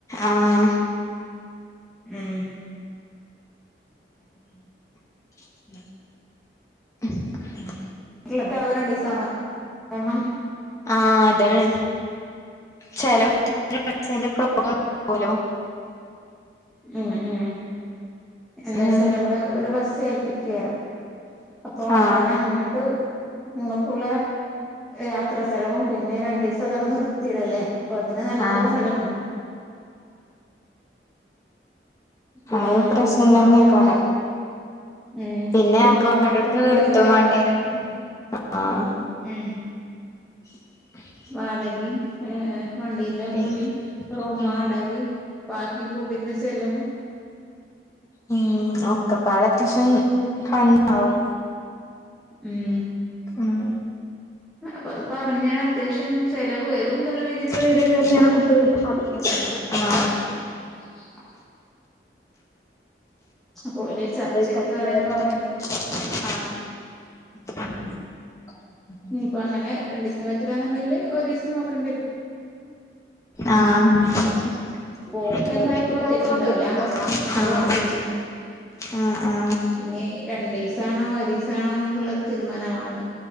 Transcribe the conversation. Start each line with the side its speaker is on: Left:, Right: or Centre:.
Left: ആഹ്‌.
Centre: ഉം.
Left: <unintelligible> മ്
Centre: ള്ള പ്രാവ് രണ്ടിസമാ ക്ക്ണം
Left: ആഹ്‌ അതാണ് ചെല കുട്ടിന് ചേലെ പ്രോബ്ലം ഊലോ
Centre: മ് മ് എന്താച്ചാ
Left: ഉം
Centre: നമ്മള് ഒരു ബസ് ഏൽപ്പിക്കേരം. അപ്പൊ
Left: ആഹ്
Centre: അയിന് അങ്ങട്ട് ങ്ങോട്ടുള്ള യാത്ര ചെലവും പിന്നെ രണ്ടു ദിവസം അതടെ നിർത്തിടല്ലേ പ്പ അതിന് നല്ല
Left: ആഹ്
Centre: ചലവ്ണ്ടാവു പിന്നെ
Left: ആ
Centre: അയിന്റെ
Left: പ്രശ്നന്നെ
Centre: പു പുറമെ നമ്മള്
Left: കാരം
Centre: ഉം
Left: പിന്നെ
Centre: ഒരു
Left: മക്ക്
Centre: റൂം
Left: വേണ്ടോട്ത്
Centre: എടുത്ത് നിക്കുമ്പോ
Left: നിർത്തും
Centre: അയിന്റെ വാടക
Left: വേണ്ടിയേരു ആഹ്‌ അഹ്
Centre: ഉം
Left: <unintelligible>
Centre: വാടകയും ഏ എ വണ്ടീന്റെ
Left: പി
Centre: കൂടിയു റൂം
Left: ഉം
Centre: വാടകയു ബാക്കി ഫുഡിന്റെ ചെലവും
Left: ഉം ഒക്കെ പടെ തിഷം കാ വും
Centre: ഉം
Left: ഉം.
Centre: അപ്പൊ അത് പറഞ്ഞാ അത്യാവിശ്യം ചെലവ് വരും ന്നുള്ള രീ
Left: ഈ ഒരു തന്നെയാണ് കുട്ടികൾക്കു പറഞ്ഞെക്കുന്ന <inaudible> ആ
Centre: <unintelligible> അപ്പൊ ഓല്
Left: പോലെ
Centre: ചർച്ച ചെയ്തിട്ട്
Left: <unintelligible>
Centre: പറയാന്ന് പറഞ്ഞിണ്ട്
Left: ആഹ്‌
Centre: ഞ്പ്പങ്ങനെ രണ്ടിസ്ന് പറ്റുലാന്നുണ്ടെങ്കില് ഒരിസം നോക്കണ്ട്യരും.
Left: ആഹ് <unintelligible>
Centre: പോക്ക്
Left: നോക്കീട്ട്
Centre: എന്തായാലും
Left: ണ്ടാവുല
Centre: ഒറ്റക്കല് ഉണ്ടാവൂല ഇക്കണത്
Left: ആഹ്.
Centre: ഒറപ്പിച്ച്ണ്
Left: ആഹ് ആഹ്.
Centre: ഈ രണ്ടീസാണോ ഒരീസാണോ ന്നുള്ളത് തീരുമാനമാവാണ്ട്.